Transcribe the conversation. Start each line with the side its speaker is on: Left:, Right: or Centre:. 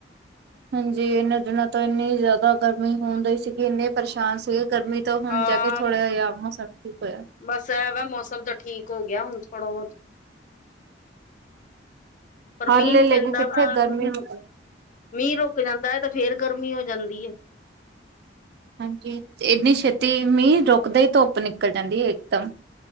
Right: ਹਾਂਜੀ, ਇਹਨਾਂ ਦਿਨਾਂ ਤੋਂ ਇੰਨੀ ਜ਼ਿਆਦਾ ਗਰਮੀ ਹੋਣਈ ਸੀਗੀ, ਇੰਨੇ ਪਰੇਸ਼ਾਨ ਸੀਗੇ ਗਰਮੀ ਤੇ ਹੁਣ
Left: ਹਾਂ,
Right: ਜਾ ਕੇ ਥੋੜਾ ਜਿਹਾ, ਮੌਸਮ ਠੀਕ ਹੋਇਆ।
Left: ਬਸ ਇਹ ਵਾ ਮੌਸਮ ਤਾਂ ਠੀਕ ਹੋ ਗਿਆ, ਹੁਣ ਥੋੜਾ ਬਹੁਤ ਪਰ
Right: ਹਾਲੇ
Left: ਮੀਂਹ ਨੀ
Right: ਲੈ
Left: ਪੈਂਦਾ,
Right: ਕੇ ਕਿੱਥੇ,
Left: ਅ
Right: ਗਰਮੀ ਹੋ ਗਈ
Left: ਮੀਂਹ ਰੁਕ ਜਾਂਦਾ ਹੈ, ਤੇ ਫੇਰ ਗਰਮੀ ਹੋ ਜਾਂਦੀ ਹੈ।
Right: ਹਾਂਜੀ, ਇਏਨੀ ਛੇਤੀ ਮੀਂਹ ਰੁਕਦਾ ਹੀ, ਧੁੱਪ ਨਿਕਲ ਜਾਂਦੀ ਹੈ ਇਕਦਮ